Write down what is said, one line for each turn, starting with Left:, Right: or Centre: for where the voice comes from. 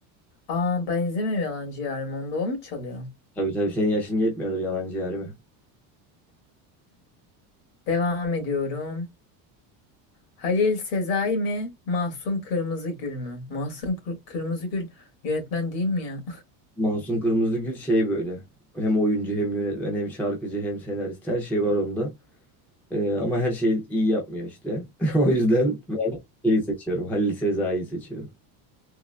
Left: Aa ben izlemiyorum Yalancı Yarım onda o mu çalıyor?
Centre: Tabii tabii senin yaşın yetmiyordur Yalancı Yarim'e.
Left: Devam ediyorum. Halil Sezai mi? Mahsun Kırmızıgül mü? Mahsun Kır- Kırmızıgül yönetmen değil mi ya?
Centre: Mahsun Kırmızıgül şey böyle. Hem oyuncu hem yönetmen hem şarkıcı hem senarist her şey var onda. Ee, ama her şeyi iyi yapmıyor işte. <laughs> O yüzden ben şeyi seçiyorum. Halil Sezai'yi seçiyorum.